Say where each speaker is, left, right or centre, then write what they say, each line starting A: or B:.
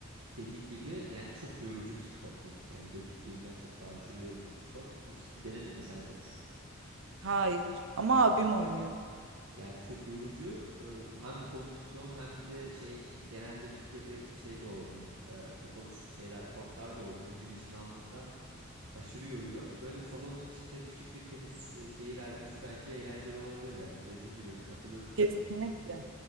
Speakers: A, on the right (about 85°); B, on the right (about 65°).
A: Dediğin gibi yani çok yorucu bir spor tenis. Yani gözüktüğünden çok daha aşırı yorucu bir spor. Hiç denedin mi sen tenis?
B: Hayır ama abim oynuyordu.
A: Yani çok yorucu. e, Hem bu kondisyon hem bir de şey genelde Türkiye'de şey de olmuyor. e, Kapalı s- şeyler kortlar da olmuyor. Güneşin alnında aşırı yoruyor. Böyle salonun içinde küçük bir tenis e, şeyi vermesi bence eğlenceli olabilir yani. Dediğin gibi katılıyorum sana.
B: Kesinlikle.
A: ya.